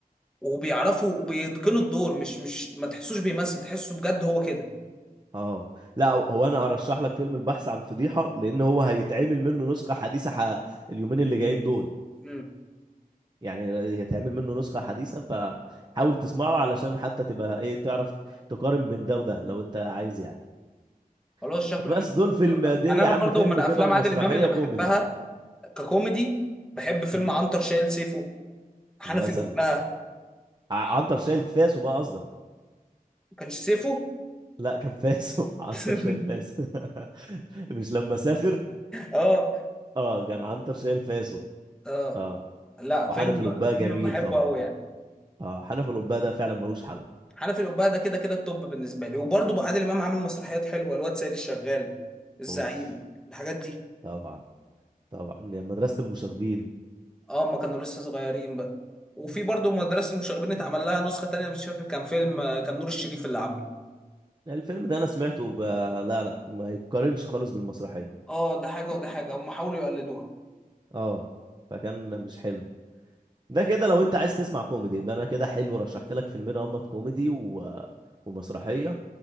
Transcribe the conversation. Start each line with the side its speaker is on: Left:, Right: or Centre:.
Centre: وبيعرفوا بيتقنوا الدور مش مش ما تحسوش بيمثل تحسه بجد هو كده
Right: اه لا هو انا ارشح لك فيلم البحث عن فضيحه لان هو هيتعمل منه نسخه حديثه ح- اليومين اللي جايين دول
Centre: امم
Right: يعني هيتعمل منه نسخة حديثة فحاول تسمعه علشان حتى تبقى ايه تعرف تقارن بين ده وده لو انت عايز يعني
Centre: خلاص
Right: <laughs>
Centre: شكله حلو
Right: بس دول فيلم دي
Centre: يعني
Right: يا
Centre: انا
Right: عم
Centre: برضو
Right: فيلم
Centre: من افلام
Right: كده ومسرحية
Centre: عادل امام اللي بحبها
Right: كوميدي
Centre: ككوميدي بحب فيلم
Right: امم
Centre: عنتر شايل سيفه حنفي
Right: مثلا
Centre: الأبهة
Right: ع- عنتر شايل فاسو بقى قصدك
Centre: كانش سيفو
Right: لا كان فاسو <laughs> عنتر
Centre: <laughs>
Right: شايل فاسو <laughs> مش لما سافر
Centre: اه
Right: اه كان عنتر شايل فاسو
Centre: اه
Right: اه
Centre: لا
Right: وحنف
Centre: فيلم
Right: القباء جميل
Centre: فيلم بحبه
Right: طبعا
Centre: قوي يعني
Right: اه حنف القباء ده فعلا ملوش حل
Centre: حنفي الأبهة ده كده كده التوب بالنسبه لي وبرضه بقى عادل امام عامل مسرحيات حلوه الواد سيد الشغال الزعيم
Right: اوف
Centre: الحاجات دي
Right: طبعا طبعا يا مدرسة المشاغبين
Centre: اه ما كانوا لسه صغيرين بقى وفي برضه مدرسه المشاغبين اتعمل لها نسخه تانية مش فاكر كان فيلم آه، كان نور الشريف اللي عامله
Right: الفيلم ده انا سمعته ب... لا لا ما يتقارنش خالص بالمسرحيه
Centre: اه ده حاجه وده حاجه هم حاولوا يقلدوها
Right: اه فكان مش حلو ده كده لو انت عايز تسمع كوميدي يبقى انا كده حلو رشحت لك فيلمين هما كوميدي و... ومسرحيه